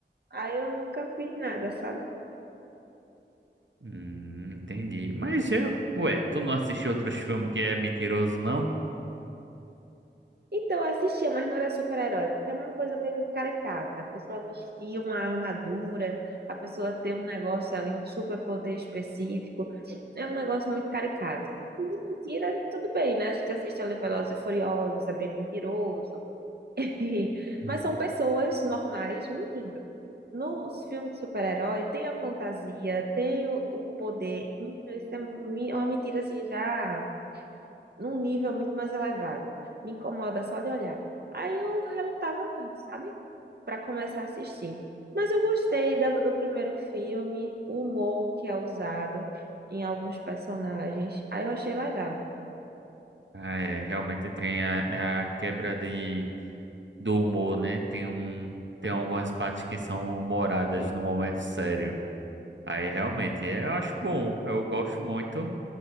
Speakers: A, on the right (about 60°); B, on the right (about 80°).
A: Aí eu nunca fiz nada, sabe?
B: Hum, entendi. Mas, é, ué, tu não assistiu outros filmes que é mentiroso, não?
A: Então eu assistia, mas não era super-herói, porque é uma coisa meio caricata. A pessoa vestia uma armadura, a pessoa tem um negócio ali, um super-poder específico. É um negócio muito caricato. E De mentira, tudo bem, né? A gente assiste ali Velozes e Furiosos, é bem mentiroso. <laughs>
B: Hum.
A: Mas são pessoas normais mentindo. Nos filmes de super-herói tem a fantasia, tem o, o poder. Menino, Isso é um- mi- é uma mentira assim, já num nível muito mais elevado. Me incomoda só de olhar. Aí eu relutava muito, sabe? Para começar a assistir. Mas eu gostei da- do, primeiro filme, o humor que é usado em alguns personagens. Aí eu achei legal.
B: Ah, é, realmente tem a, a quebra de do humor, né? Tem um, tem algumas partes que são humoradas no momento sério. Aí realmente, eu acho bom, eu gosto muito.